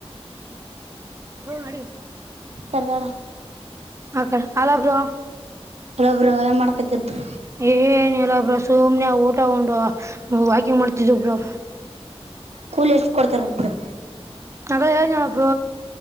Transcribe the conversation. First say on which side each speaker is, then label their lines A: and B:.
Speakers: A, on the right (about 25°); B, on the right (about 80°).
A: ಅ ಹೋ ನಡ
B: ಕವಾಳ
A: ಅಕಡ ಅಲ ಬ್ರೋ
B: ಅಲ್ಲಬ್ರು ಮಾಡ್ಕತಿದ್ರ
A: ಏನಿಲ್ಲ ಬ್ರ ಸುಮ್ನೆ ಊಟಗೊಂಡು ವಾಕಿಂಗ್ ಮಾಡ್ತಿದ್ದ ಬ್ರ
B: ಕೂಲ್ ಎಷ್ಟ್ ಕೊಡ್ತಾರೊಬ್ಬರು
A: ಮಳ ಹೇಳಬ್್ರ